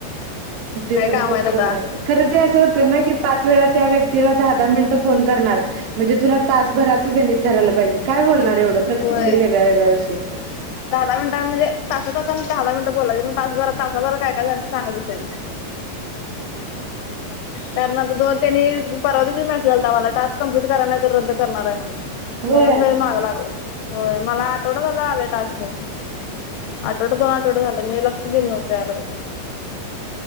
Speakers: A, on the right (about 80°); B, on the left (about 85°).
A: दिवसभरच
B: काय काम आहेत आता
A: खरं ते असं होते ना की पाच वेळा त्या व्यक्तीला- दहा दहा मिनिट फोन करणार म्हणजे तुला तासभर गणित धरणार काय बोलणार? फार एवढं प्रत्येक
B: होय.
A: वेळी ववेगवेगळा विषय
B: दहा मिनटां म्हणजे तासा ताससां दहा मिनट बोलायचंय तासाभरात बरं काय झालं ते सांगत बसते. कारण आता दोन - त्यांनी परवादिवशी मेसेज आलता मला टास्क कंम्प्लीट करा नाही तर रद्द करणार आहे म्हणुन
A: व्हय.
B: म्हणून मी माघ लागलोय होय मला आठवडा झाला आलाय टास्क आठवड दोन आठवड झालं मी लक्ष दिल नव्हत त्याकड